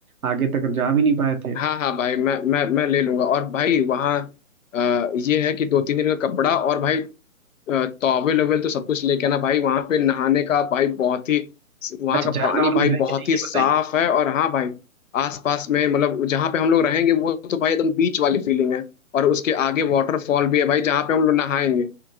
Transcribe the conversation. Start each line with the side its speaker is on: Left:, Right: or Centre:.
Right: आगे तक जा भी नहीं पाए थे
Left: हाँ हाँ भाई मैं मैं मैं ले लूंगा और भाई वहाँ अ, ये है कि दो तीन दिन का कपड़ा और भाई अ, टॉवेल वेल तो सब कुछ लेके आना भाई वहां पे नहाने का भाई बहुत ही वहां
Right: अच्छा
Left: का
Right: झरना
Left: पानी
Right: वरना
Left: भाई
Right: है
Left: बहुत
Right: कि नहीं
Left: ही
Right: ये
Left: साफ
Right: बताइए
Left: है और हाँ भाई आसपास में मतलब जहाँ पे हम लोग रहेंगे वो तो भाई एकदम बीच वाली फीलिंग है और उसके आगे वाटरफॉल भी है भाई जहाँ पे हम लोग नहाएंगे